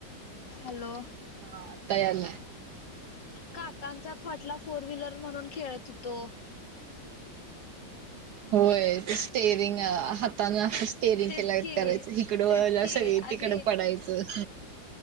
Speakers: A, on the left; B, on the right.
A: हॅलो.
B: हा आता यायला.
A: काकांचा खाट ला फोर व्हीलर म्हणून खेळत होतो.
B: होय स्टेरिंग हातानं. स्टेरींग
A: तेच
B: केल्यागत
A: की
B: करायचं इकडं
A: तेच
B: वळला
A: की
B: सगळे
A: आणि
B: तिकडं पडायचं.